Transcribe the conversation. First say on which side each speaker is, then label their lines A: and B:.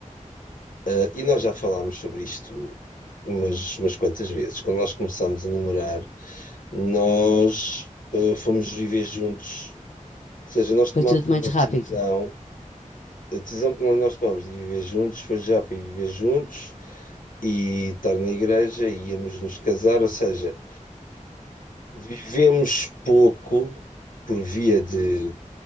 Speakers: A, on the left (about 80°); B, on the left (about 65°).
A: eh, e nós já falámos sobre isto umas, umas quantas vezes, quando nós começámos a namorar, nós eh, fomos viver juntos Ou seja, nós tomamos
B: Foi tudo
A: uma
B: muito rápido.
A: decisão, a decisão que nós tomamos de viver juntos foi já para viver juntos e estar na igreja e íamos nos casar, ou seja, vivemos pouco por via de.